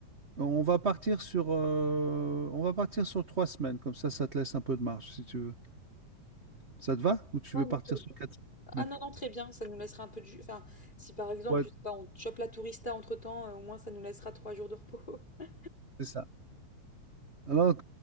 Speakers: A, on the right; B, on the left.
A: On va partir sur, euh, on va partir sur trois semaines. Comme ça, ça te laisse un peu de marge, si tu veux. Ça te va? Ou tu
B: Ouais,
A: veux
B: nickel.
A: partir sur quatre
B: Ah
A: semaines?
B: non, non, très bien, ça nous laissera un peu du Enfin, si par exemple,
A: Ouais,
B: je sais pas, on chope la tourista entre-temps, euh, au moins ça nous laissera trois jours de repos. <laughs>
A: c'est ça. Alors,